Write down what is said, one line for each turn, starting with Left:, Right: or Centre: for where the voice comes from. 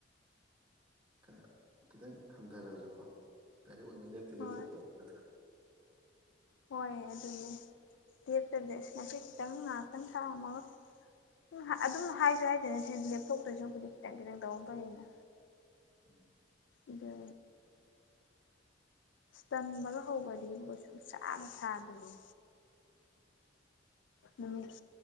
Right: ꯑ ꯈꯤꯇꯪ ꯍꯟꯗꯔꯖꯨꯀꯣ ꯗꯥꯏꯔꯦꯛ ꯑꯣꯏꯅ ꯂꯦꯞꯇꯤ
Left: ꯍꯣꯏ
Right: ꯂꯦꯞꯊꯣꯛꯇꯕ ꯅꯠꯇ꯭ꯔꯥ
Left: ꯍꯣꯏ ꯑꯗꯨꯅꯦ ꯗꯦꯠꯇꯗꯤ ꯑꯁ ꯉꯁꯤ ꯈꯤꯇꯪ ꯉꯥꯛꯇꯪ ꯊꯥ ꯑꯃꯒ ꯑꯗꯨꯝ ꯍꯥ ꯑꯗꯨꯝ ꯍꯥꯏꯖꯨ ꯍꯥꯏꯗꯣꯏꯅꯦ ꯁꯦ ꯂꯦꯞꯊꯣꯛꯇꯣꯏ ꯁꯔꯨꯛꯄꯨꯗꯤ ꯈꯤꯇꯪ ꯈꯤꯇꯪ ꯇꯧꯕ ꯐꯩꯌꯦꯅ
Right: ꯎꯝ
Left: ꯑꯗ ꯇꯟꯕꯒ ꯍꯧꯒ꯭ꯔꯗꯤꯕꯀꯣ ꯁꯨꯡꯁꯥꯒ ꯁꯥꯗꯕꯤꯅꯤ ꯅꯨꯃꯤꯠ